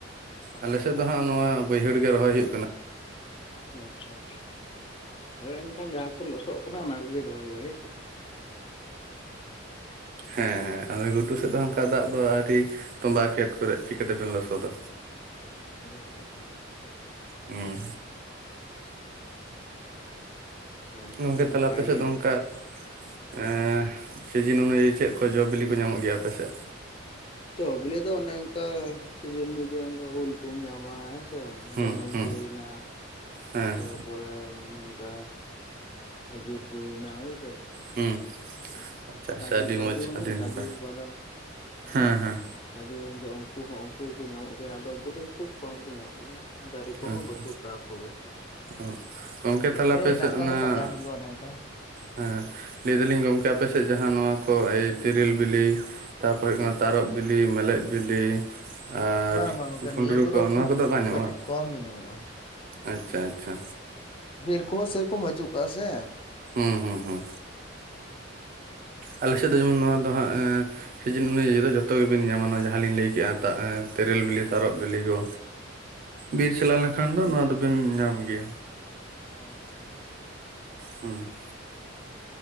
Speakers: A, on the right; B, on the left.
A: ᱟᱞᱮ ᱥᱮᱫ ᱫᱚ ᱦᱟᱸᱜ ᱱᱚᱣᱟ ᱵᱟᱹᱭᱦᱟᱹᱲ ᱜᱮ ᱨᱚᱦᱚᱭ ᱦᱩᱭᱩᱜ ᱠᱟᱱᱟ᱾
B: ᱟᱪᱪᱷᱟ ᱟᱪᱪᱷᱟ ᱦᱳᱭ ᱮᱱᱠᱷᱟᱱ ᱡᱟᱦᱟᱸ ᱠᱚ ᱞᱚᱥᱚᱜ ᱠᱟᱱᱟ ᱚᱱᱟ ᱠᱚᱜᱮ ᱨᱚᱦᱚᱭ ᱦᱩᱭᱩᱜᱼᱟ ᱦᱳᱭ ᱥᱮ?
A: ᱦᱮᱸ ᱟᱫᱚ ᱜᱷᱩᱴᱩ ᱥᱮᱫ ᱫᱚ ᱚᱱᱠᱟ ᱫᱟᱜ ᱫᱚ ᱟᱣᱨᱤ ᱛᱚᱸᱢᱵᱟ ᱠᱷᱮᱛ ᱠᱚᱨᱮ ᱪᱤᱠᱟᱹᱛᱮᱵᱮᱱ ᱞᱚᱥᱚᱫᱟ᱾
B: ᱦᱳᱭ ᱦᱳᱭ ᱦᱳᱭ
A: ᱚᱻ
B: ᱮᱱᱠᱷᱟᱱ
A: ᱜᱚᱝᱠᱮ
B: ᱱᱟᱯᱟᱭ
A: ᱛᱟᱦᱞᱟᱮ ᱟᱯᱮ ᱥᱮᱫ
B: ᱜᱮᱭᱟ
A: ᱫᱚ ᱚᱝᱠᱟ-
B: ᱢᱟ
A: ᱮᱻ ᱥᱤᱡᱤᱱ ᱚᱱᱩᱡᱟᱭᱤ ᱪᱮᱫ ᱠᱚ ᱡᱚ ᱵᱤᱞᱤ ᱠᱚ ᱧᱟᱢᱚᱜ ᱜᱮᱭᱟ ᱟᱯᱮᱥᱮᱫ?
B: ᱪᱚᱵᱮᱞᱮ ᱫᱚ ᱚᱱᱮ- ᱚᱱᱠᱟ ᱥᱤᱡᱤᱱ ᱫᱚ ᱡᱮ ᱚᱱᱠᱟ ᱩᱞ ᱧᱟᱢᱟ ᱦᱮᱸ ᱥᱮ
A: ᱦᱩᱸ
B: ᱡᱟᱱᱩᱢ
A: ᱦᱩᱸ
B: ᱠᱚ ᱦᱤᱱᱟᱜᱼᱟ ᱾
A: ᱦᱮᱸ
B: ᱛᱟᱨᱯᱚᱨᱮ ᱚᱱᱠᱟ ᱠᱷᱮᱡᱩᱨ ᱠᱚ ᱦᱩᱭᱱᱟ ᱦᱳᱭ
A: ᱦᱩᱸ ᱟᱪᱪᱷᱟ
B: ᱠᱟᱡᱩ
A: ᱟᱪᱪᱷᱟ ᱟᱹᱰᱤ
B: ᱠᱟᱡᱩ
A: ᱢᱚᱸᱡᱽ
B: ᱦᱩᱭᱩᱜ-ᱟ
A: ᱟᱹᱰᱤ ᱱᱟᱯᱟᱭ
B: ᱠᱟᱡᱩ ᱵᱟᱫᱟᱢ?
A: ᱦᱮᱸ ᱦᱮᱸ᱾
B: ᱠᱟᱡᱩ ᱵᱟᱫᱟᱢ ᱡᱚ ᱩᱱᱠᱩ ᱦᱚᱸ ᱩᱱᱠᱩ ᱦᱚᱸᱠᱚ ᱧᱟᱢᱚᱜ ᱜᱮᱭᱟ ᱟᱫᱚ ᱩᱱᱠᱩ ᱫᱚ ᱠᱷᱩᱵ ᱠᱚᱢ ᱠᱚ ᱧᱟᱢᱚᱜ ᱜᱮᱭᱟ᱾ ᱫᱟᱨᱮ ᱠᱚᱦᱚᱸ
A: ᱟᱪᱪᱷᱟ
B: ᱵᱟᱹᱪᱩᱜ ᱟᱠᱟᱫ ᱠᱚᱜᱮ᱾
A: ᱚ ᱜᱚᱝᱠᱮ ᱛᱟᱦᱚᱞᱮ ᱟᱯᱮ
B: ᱦᱮᱱᱟᱜ
A: ᱥᱮᱫ
B: ᱟᱠᱟᱫ
A: ᱚᱱᱟ-
B: ᱫᱚ ᱯᱟᱸᱡᱟ ᱦᱩᱭᱩᱜᱼᱟ ᱚᱱᱮ ᱚᱱᱠᱟ
A: ᱦᱮᱸ ᱞᱟᱹᱭ ᱫᱟᱞᱤᱧ ᱜᱚᱢᱠᱮ ᱟᱯᱮᱥᱮᱫ ᱡᱟᱦᱟᱸ ᱱᱚᱣᱟ ᱠᱚ ᱮᱭ ᱛᱤᱨᱤᱞ ᱵᱮᱞᱮ ᱛᱟᱯᱚᱨᱮ ᱦᱩᱭᱩᱜ ᱠᱟᱱᱟ ᱛᱟᱨᱚᱵ ᱵᱤᱞᱤ ᱢᱮᱞᱮᱡ ᱵᱤᱞᱤ ᱟᱨ
B: ᱵᱟᱝ ᱵᱟᱝ ᱜᱚᱝᱠᱮ
A: ᱵᱷᱩᱱᱰᱨᱩ
B: ᱱᱤᱭᱟᱹ
A: ᱠᱚ
B: ᱠᱷᱩᱵ
A: ᱱᱚᱣᱟ ᱠᱚᱫᱚ ᱵᱟᱝ ᱧᱚᱜᱼᱟ
B: ᱠᱟᱹᱴᱤᱡ
A: ᱵᱟᱝ?
B: ᱠᱚᱢ ᱜᱮ ᱧᱟᱢᱚᱜᱼᱟ᱾
A: ᱟᱪᱪᱷᱟ ᱟᱪᱪᱷᱟ᱾
B: ᱵᱤᱨ ᱠᱚᱦᱚᱸ ᱥᱮᱨᱚᱠᱚᱢ ᱵᱟᱹᱪᱩᱜ ᱠᱟᱼᱟ ᱥᱮ᱾
A: ᱦᱩᱸ ᱦᱩᱸ ᱦᱩᱸ, ᱟᱞᱮ ᱥᱮᱫ ᱫᱚ ᱡᱮᱢᱚᱱ ᱱᱚᱣᱟ ᱫᱚ ᱦᱟᱸᱜ ᱟᱹᱻ ᱥᱤᱡᱤᱱ ᱚᱱᱩᱡᱟᱹᱭᱤ ᱫᱚ ᱡᱷᱚᱛᱚ ᱜᱮᱵᱤᱱ ᱧᱟᱢᱟ ᱱᱚᱣᱟ ᱡᱟᱦᱟᱸ ᱞᱤᱧ ᱞᱟᱹᱭ ᱠᱮᱜᱼᱟ ᱛᱟ ᱮᱻ ᱛᱮᱨᱮᱞ ᱵᱮᱞᱮ ᱛᱟᱨᱚᱵ ᱵᱮᱞᱮ ᱠᱚ᱾ ᱵᱤᱨ ᱪᱟᱞᱟᱣ ᱞᱮᱱᱠᱷᱟᱱ ᱫᱚ ᱱᱚᱣᱟ ᱫᱚᱵᱮᱱ ᱧᱟᱢ ᱜᱮᱭᱟ᱾
B: ᱟᱪᱪᱷᱟ ᱟᱪᱪᱷᱟ
A: ᱦᱩᱸ